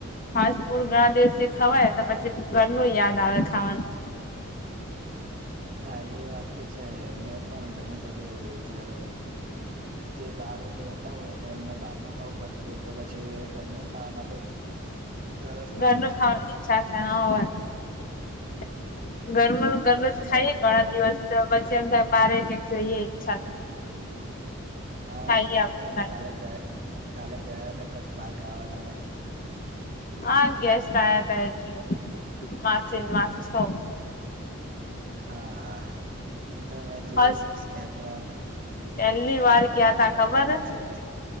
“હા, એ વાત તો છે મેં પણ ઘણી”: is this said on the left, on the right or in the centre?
Right